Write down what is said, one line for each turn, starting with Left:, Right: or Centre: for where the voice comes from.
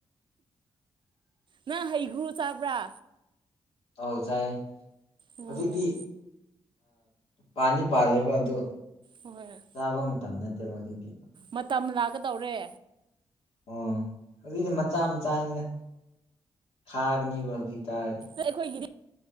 Right: ꯅꯪ ꯍꯩꯒ꯭ꯔꯨ ꯆꯥꯕ꯭ꯔꯥ
Left: ꯑꯧ ꯆꯥꯏ
Right: ꯑꯣ
Left: ꯍꯧꯖꯤꯛꯇꯤ ꯄꯥꯅꯤ ꯄꯥꯜꯂꯦꯕ ꯑꯗꯨ
Right: ꯍꯣꯏ
Left: ꯆꯥꯕ ꯃꯇꯝ ꯅꯠꯇꯦꯕꯗꯤꯗꯤ
Right: ꯃꯇꯝ ꯂꯥꯛꯀꯗꯧꯔꯦ
Left: ꯑꯣ ꯑꯗꯨꯏꯗꯤ ꯃꯆꯥ ꯃꯆꯥꯅꯤꯗ ꯊꯥꯒꯅꯦꯕ ꯍꯧꯖꯤꯛꯀꯥꯗꯤ
Right: ꯑꯩꯈꯣꯏꯒꯤꯗꯤ